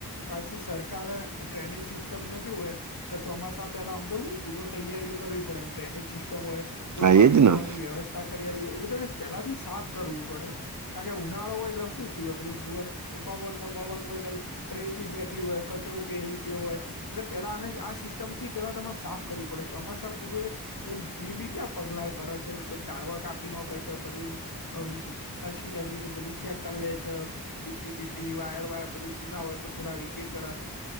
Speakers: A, on the left (about 60°); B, on the right (about 50°).
A: પછી સરકાર ડ્રેનેજ સિસ્ટમ ન કેવું હોય ચોમાસા પેલા આમ તો પૂર્વ તૈયારીઓ કરવી પડે એમ ડ્રેનેજ સિસ્ટમ હોય કોઈ
B: હા
A: પાણી
B: એ જ
A: જવાની
B: ને
A: વ્યવસ્થા <unintelligible> એ બધાને પેલાથી સાફ કરવું પડે એમ કારણ ઉનાળો હોય એટલે શું થયું હોય બધું વન ના બાવન હોય એટલે રેતી બેહેતી હોય કચરો બેહી ગયો હોય એટલે પેલા અને આ સિસ્ટમ થી પેલા તમારે સાફ કરવું પડે ચોમાસા પૂર્વે જેમ જી ઈ બી ક્યાં પગલા ભરે છે એમ ઝાળવા કાપી નોખે છે બધું અમ મશીનરીઓની બધી ચેક કરી લે છે. પીબીપી વાયર વાયર બધું જુના હોય તો થોડા રીપેર કરે.